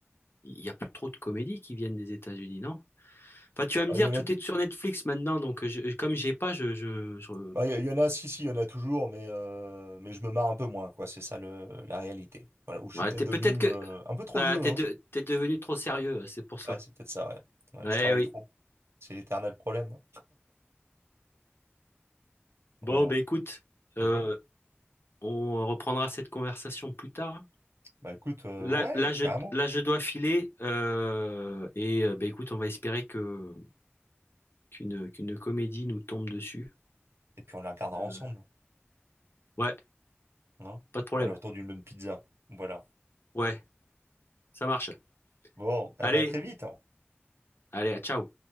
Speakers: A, on the left; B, on the right.
A: il y a plus trop de comédies qui viennent des États-Unis, non? Enfin, tu vas me
B: Ah,
A: dire,
B: Il y en
A: tout
B: a, tou-
A: est sur Netflix maintenant, donc je, comme j'ai pas, je, je, je...
B: ah, il y en a, si, si, il y en a toujours, mais, euh, mais je me marre un peu moins, quoi, c'est ça le, la réalité. Voilà, où je
A: Ouais,
B: suis peut-être
A: t'es
B: devenu
A: peut-être que,
B: euh, un peu trop
A: voilà,
B: vieux,
A: t'es
B: hein.
A: de- t'es devenu trop sérieux, ouais, c'est pour ça.
B: Ouais, c'est peut-être ça, ouais. Ouais,
A: Ouais,
B: je travaille
A: oui.
B: trop. C'est l'éternel problème. hein.
A: Bon,
B: Voilà.
A: ben écoute,
B: Mhm.
A: euh, on reprendra cette conversation plus tard.
B: Bah écoute, euh,
A: Là,
B: ouais,
A: là, je,
B: carrément.
A: là, je dois filer. euh, et euh, bah écoute, on va espérer que qu'une qu'une comédie nous tombe dessus.
B: Et puis on la regardera
A: Euh,
B: ensemble,
A: ouais,
B: hein.
A: pas de problème.
B: Voilà, autour d'une bonne pizza. Voilà.
A: Ouais, ça marche.
B: Bon, eh
A: Allez,
B: bah très vite.
A: allez, à ciao.